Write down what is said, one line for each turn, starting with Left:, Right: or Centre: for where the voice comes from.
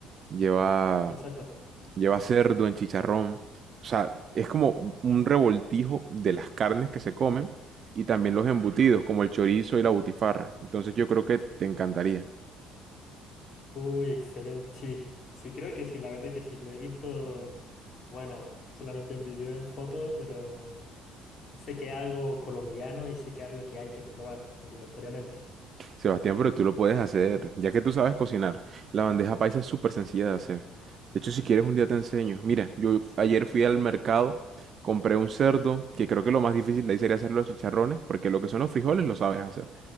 Right: Lleva
Left: Exacto.
Right: lleva cerdo en chicharrón. O sea, es como un revoltijo de las carnes que se comen y también los embutidos, como el chorizo y la butifarra. Entonces yo creo que te encantaría.
Left: Uy, excelente, sí, sí, creo que sí, la verdad que sí, lo he visto, bueno, solamente en video, en foto, pero sé que es algo colombiano y sé que es algo que hay que probar obligatoriamente.
Right: Sebastián, pero tú lo puedes hacer, ya que tú sabes cocinar. La bandeja paisa es súper sencilla de hacer. De hecho, si quieres un día te enseño. Mira, yo ayer fui al mercado, compré un cerdo, que creo que lo más difícil de ahí sería hacer los chicharrones, porque lo que son los frijoles lo sabes hacer.